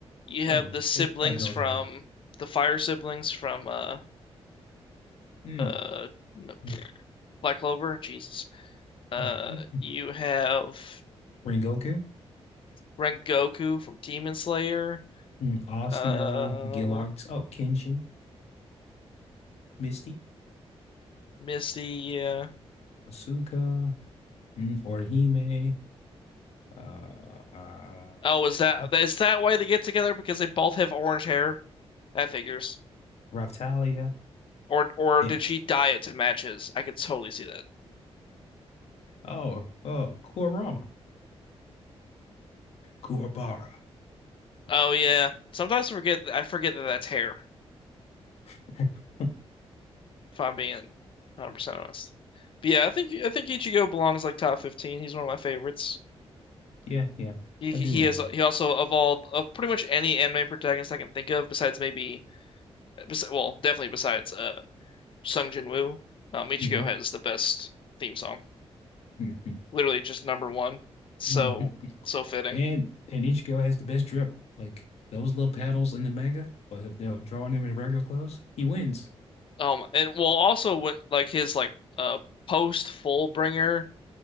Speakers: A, on the left; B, on the left.
A: you
B: Well,
A: have
B: it's,
A: the siblings
B: it probably goes
A: from
B: on.
A: the fire siblings from uh
B: Hmm.
A: uh no,
B: Mm,
A: Black Clover. Jesus. Uh,
B: mm, mm.
A: you have
B: Rengoku,
A: Rengoku from Demon Slayer.
B: mm, Asuna,
A: Uh,
B: Gillarks, oh, Kenshin, Misty.
A: Misty. Yeah.
B: Asuka, mm, Orihime, uh, uh,
A: Oh, is that
B: uh,
A: is that why they get together? Because they both have orange hair? That figures.
B: Raftalia.
A: Or or
B: Eh,
A: did she dye it to match his? I could totally see that.
B: oh, oh, Kurama, Kuwabara.
A: Oh yeah. Sometimes I forget I forget that that's hair.
B: <laughs>
A: if I'm being 100% honest. But yeah, I think I think Ichigo belongs like top 15. He's one of my favorites.
B: Yeah, yeah,
A: He
B: I
A: he
B: do love
A: has he also of all of pretty much any anime protagonist I can think of besides maybe bes well, definitely besides uh Sung Jin-woo, um, Ichigo
B: him.
A: has the best theme song.
B: Mm-hmm,
A: Literally just number one. So
B: hmm hmm
A: so fitting.
B: And and each girl has the best drip. Like those little panels in the manga, but they'll draw him in regular clothes. He wins.
A: Um and well also with like his like uh post Fullbringer